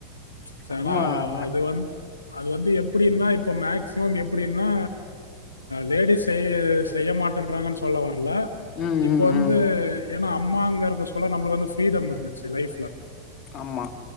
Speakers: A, on the left; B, on the left.
A: ப்ச்ச் செம
B: ஆமா அதான்.
A: அது வந்து அது வந்து எப் அப்டின்னா இப்போ மாக் க்சிமம் எப்டின்னா லேடிஸ் செய் செய்ய மாட்க்கிறாங்கன்னு சொல்ல வர ல
B: ம்
A: இப்போ
B: ம்
A: வந்து
B: ம் ம்.
A: எ ஏனா அம்மாங்கர்த சொல்ல நம்ளுக்கு வந்து ஃப்ரீடம் இருந்துச்சு லைஃப்ல
B: ஆம்மா